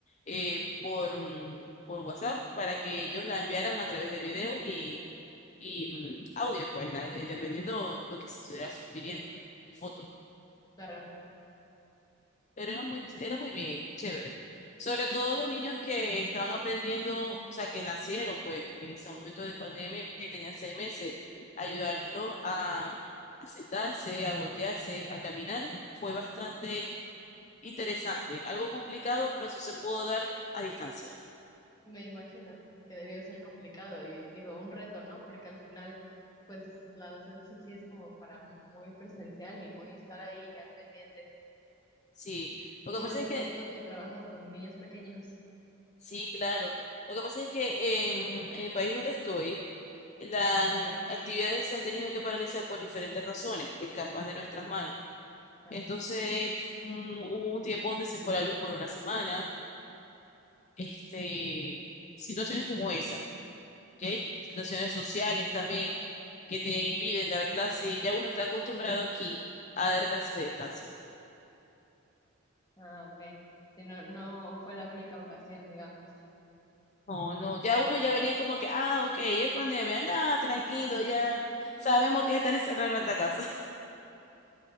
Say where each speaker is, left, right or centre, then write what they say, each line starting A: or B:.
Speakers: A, on the left; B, on the left.
A: eh, por, mm, por WhatsApp para que ellos la enviaran a través de video y, y mm, audios, pues, la- eh, dependiendo lo que se estuviera pidiendo, pues, y fotos.
B: claro.
A: Pero era muy, era muy bien, chévere. Sobre todo los niños que estaban aprendiendo, o sea, que nacieron, pues, en ese momento de pandemia y tenían seis meses, ayudarlos a, a sentarse, a voltearse, a caminar, fue bastante interesante. Algo complicado, pero sí se pudo dar a distancia.
B: Me imagino que debió ser complicado y digo, un reto, ¿no? Porque al final, pues la docencia sí es como para muy presencial y muy estar ahí al pendiente.
A: Sí, lo
B: Y
A: que
B: sobre
A: pasa es que,
B: todo tú que trabajas con niños pequeños.
A: sí, claro, lo que pasa es que en, en el país donde estoy,
B: Ujú.
A: las mm, actividades se han tenido que paralizar por diferentes razones que escapan de nuestras manos.
B: Claro.
A: Entonces un- hubo un tiempo donde se fue la luz por una semana. Este, situaciones como esa, ¿ok? Situaciones sociales también que te impiden dar clase. Ya uno está acostumbrado aquí a dar clases a distancia.
B: Ah, ok. Si no, no fue la única ocasión, digamos.
A: No, no, ya uno ya venía como que, ah, ok, es pandemia, nada, tranquilo, ya sabemos que están encerrados en nuestra casa. <laughs>